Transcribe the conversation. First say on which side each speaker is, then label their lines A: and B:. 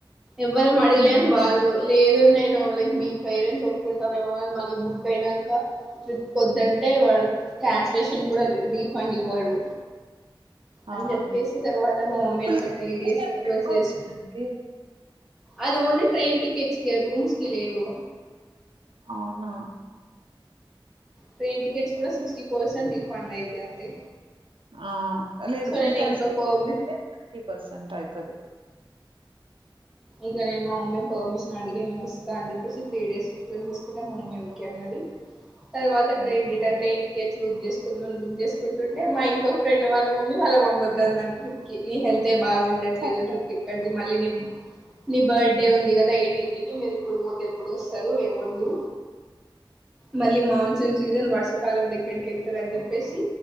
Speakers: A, in the centre; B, on the right (about 80°).
A: ఎవ్వరం అడగలే
B: హుహు.
A: అనివాళ్ళు లేదునీను లైక్ మీ పేరెంట్స్ ఒప్పుకుంటారు ఏమోనీ మళ్ళీ బుక్ అయినంక ట్రిప్ వద్దంటే వాడు క్యాన్సలేషన్ కూడా రీఫండ్ ఇవ్వడు అని
B: ఆ!
A: చెప్పేసి తర్వాత మా మమ్మీని
B: ఫుల్
A: ఒక
B: క్యాన్సిలేషన్
A: త్రీ డేస్ రిక్వెస్ట్
B: పెట్టుకోవచ్చునండి.
A: చేస్ అది ఓన్లీ ట్రెన్ టికెట్స్కే రూమ్స్కీ లెవు
B: అవునా
A: ట్రైన్ టికెట్స్ కూడా సిక్స్టీ పర్సెంట్ రిఫండయితయి అంతే
B: ఆ లేదు
A: సో
B: ఫుల్
A: నేను
B: క్యాన్సట్
A: ఇంట్లో పర్మి
B: అయితే ఫిఫ్టీ పర్సెంట్ అవుతది
A: ఇక నేను మా మమ్మీ పర్మిషనడిగి నేను వస్తా అని చెప్పసి త్రీ డేస్ చూకుంటే మా మమ్మీ ఓకే అన్నది తర్వాత
B: హ్మ్.
A: ట్రైన్ కంటే ఇంటికట్ బుక్ చేసుకుంద మన బక్ చేసుకుంటే మా ఇంకో ఫ్రెం వాళ్ళ మమ్మీ వాళ్ళ మమ్మ వద్దందంట కి నీ హెళ్తే బాఉండట్లేదు
B: అవును.
A: ట్రిప్ ఇక్కడిది మళ్ళీ నీ నీ బర్త్డే ఉంది కదా ఎయిటీన్త్కి మీరు ఇప్పుడు పోతే ఎప్పుడు వస్తరు ఏమోద్దు మళ్ళీ మాన్సూన్ సీజన్ వర్షాకాలంలో ఎక్కడికి వెళ్తారని చెప్పేసి